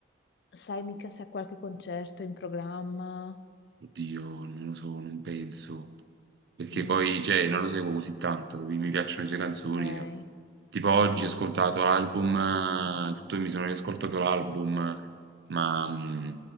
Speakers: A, on the left; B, on the right.
A: Sai mica se ha qualche concerto in programma?
B: Oddio, non lo so, non penso. Perché
A: Mm,
B: poi, cioè, non lo seguo così tanto, capi? Mi piacciono le sue canzoni.
A: ok,
B: Tipo oggi
A: ok.
B: ho ascoltato
A: ok.
B: l'album, eh, tutto, mi sono riascoltato l'album, ma mm,